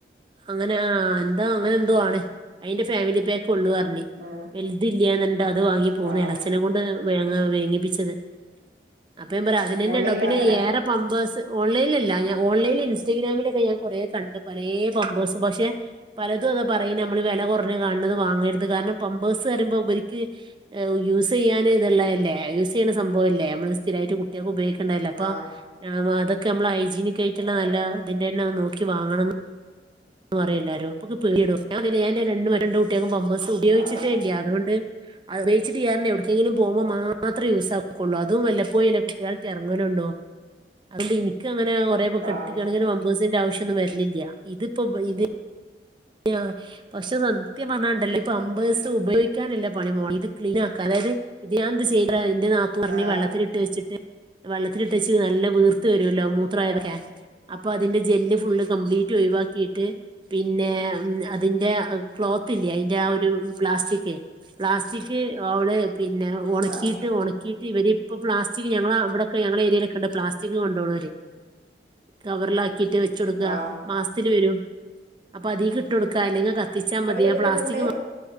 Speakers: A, on the right; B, on the right.
A: അങ്ങനെ ആഹ് എന്താ അങ്ങനെ എന്തോ ആണ് അയിന്റെ ഫാമിലി പാക്ക് ഉള്ളു പറഞ്ഞ്
B: ഉം
A: വലുതി ല്ല്യാന്ന്ണ്ട് അത് വാങ്ങി പോന്ന്
B: ആഹ്
A: ഇളച്ചനെ കൊണ്ട് വേങ്ങ വേങ്ങിപ്പിച്ചത് അപ്പ ഞാൻ പറ അതിനന്നെ
B: ഓൺലൈനിൽ
A: ഉണ്ടാവും പിന്നെ
B: വാങ്ങലാ
A: ഏറെ പമ്പേഴ്സ് ഓൺലൈലില്ല ഞാൻ ഓൺലൈൽ ഇൻസ്റ്റഗ്രാമിലൊക്കെ ഞാൻ കുറേ കണ്ട് പലേ പമ്പേഴ്സ് പക്ഷെ പലതും <unintelligible> പറയും നമ്മള് വില കുറഞ്ഞ് കൺണ് വാങ്ങരുത് കാരണം പമ്പേഴ്സ് പറയുമ്പോ ഇവരിക്ക് ഈഹ് യൂസെയ്യന്ന്നുള്ളയല്ലേ യൂസ് ചെയ്യണ സംഭ മ്പോലെ നമ്മള് സ്ഥിരായിറ്റ് കുട്ടിയൾക്ക് ഉപയോഗ ക്കെ ഇണ്ടായിലെ അപ്പ
B: ആഹ്
A: അതെക്കെ അമ്മള് ഹൈജീനിക് ആയിട്ടുള്ള നല്ല ഇതിന്റെന്നെ നോക്കി വാങ്ങണംന്ന് പറി യില്ലാരോ അപ്പൊ ഞ ര രണ്ട് കുട്ടികൊക്കും പാമ്പേഴ്സ് ഉപയോഗിച്ചിട്ടല്ലേ
B: ആഹ്
A: അതുകൊണ്ട് അത് പേയ്ച്ച്ട്ട് യാര്ണെ ഒട്ക്കെങ്കിലും പോകുമ്പോ മാത്രം യൂസാക്കുകുള്ളു അതും വല്ലപ്പോയി അല്ലേ കുട്ട്യേളെട്ട് എറങ്ങ്ണാണ്ട് ടോ അതോണ്ട് എനിക്കങ് കുറേ കെട്ടിക്കണക്കിന്
B: ആഹ്
A: വമ്പേഴസിന്റെ ആവശ്യൊന്നും വരലില്ല്യ ഇതിപ്പോ ഇത് <unintelligible> പക്ഷെ സത്യം പറഞ്ഞണ്ടല്ല് ഈ പമ്പേഴസ് ഉപയോഗിക്കാനില്ല പണിമോൾ ഇത് ക്ലീൻ ആക്കാ അത് ഇത് ഞാ എന്ത് ചെയ്താ <unintelligible> എന്റെ നാത്തു അറ്ഞ്
B: ആഹ്
A: വെള്ളത്തിലി ട്ട് വെച്ചിട്ട് വെള്ളത്തിലിട്ട് വെച്ച് നല്ല വീർത്ത് വ ഇല്ല മൂത്രായൊതക്കെ
B: ആഹ്
A: എഹ് അപ്പ അതിന്റെ ജെല് ഫുള്ള് കപ്ലീറ്റ് ഒഴിവാക്കിട്ട് പിന്നെ അതിന്റെ ക്ലോത്ത്ല്ലെ അയ്ന്റെ ആഹ് ഒരു പ്ലാസ്റ്റിക് ക്കെ പ്ലാസ്റ്റിക് അവള് പിന്നെ ഒണക്കീട്ട്
B: ആഹ്
A: ഒണക്കീട്ട് ഇവര് പ്ലാസ്റ്റിക് ഞങ്ങള ഇവടെ ഞങ്ങളെ ഏര്യലൊക്കെണ്ട് പ്ലസ്റ്റി കൊണ്ടോണൊര് കവറിലാക്കിട്ട് വെച്ച് കൊടുക്ക
B: ആഹ്
A: മാസത്തിൽ വെരും അപ്പൊ അ ഇട്ട് കൊടുക്ക അല്ലെങ്കിൽ കത്തിച്ചാ മതിയാ
B: അവരെടുക്കുന്നുണ്ട്
A: ആപ്ലാസ്റ്റിക് മാ